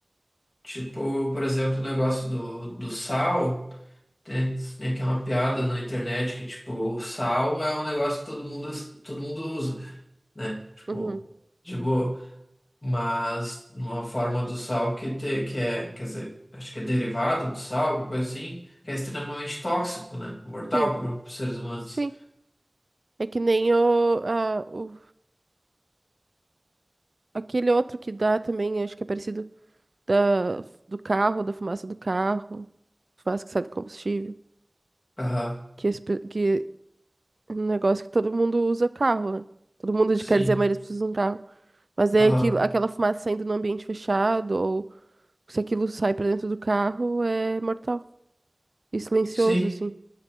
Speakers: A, on the left; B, on the right.
A: Tipo, por exemplo, o negócio do, do sal, tem, tem aqui uma piada na internet que, tipo, o sal é um negócio que todo mundo, todo mundo usa, né? Tipo,
B: Uhum.
A: de boa. mas uma forma do sal que, te, que é, quer dizer, acho que é derivado do sal, alguma coisa assim, que é extremamente tóxico, né? Mortal
B: Sim,
A: para os seres humanos.
B: sim. É que nem o, a- o- aquele outro que dá também, acho que é parecido da, do carro, da fumaça do carro, fumaça que sai do combustível,
A: Aham,
B: que, esse pe- que é um negócio que todo mundo usa carro, né? Todo mundo,
A: sim.
B: quer dizer, a maioria das pessoas usa um carro. Mas é
A: Aham,
B: aquilo, aquela fumaça saindo no ambiente fechado, ou se aquilo sai pra dentro do carro, é mortal. E silencioso,
A: sim.
B: assim.